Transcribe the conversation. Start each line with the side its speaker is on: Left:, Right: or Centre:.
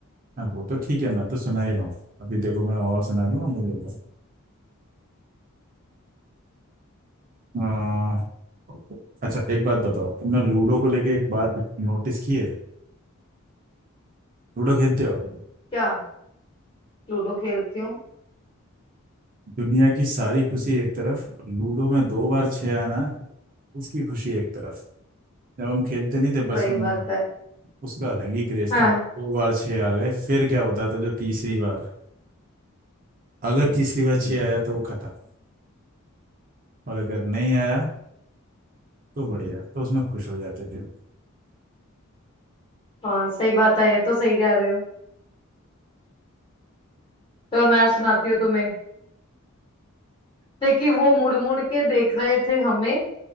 Right: वो तो ठीक है मैं तो सुना ही रहा हूँ अभी देखो मैं और सुना दूंगा मुझे आ, अच्छा एक बात बताओ तुमने लूडो को लेके एक बात नोटिस की है लूडो खेलते हो आप?
Left: क्या लूडो खेलती हूँ
Right: दुनिया की सारी खुशी एक तरफ लूडो में दो बार छह आना उसकी खुशी एक तरफ जब हम खेलते नहीं थे बचपन
Left: सही बात
Right: में
Left: है
Right: उसका अलग ही क्रेज
Left: हाँ
Right: था दो बार छह आ गए फिर क्या होता था जो तीसरी बार अगर तीसरी बार छह आया तो वो खत्म और अगर नहीं आया तो बढ़िया तो उसमें खुश हो जाते थे
Left: हाँ सही बात है ये तो सही कह रहे हो तो मैं सुनाती हूँ तुम्हें थे कि वो मुड़ मुड़ के देख रहे थे हमें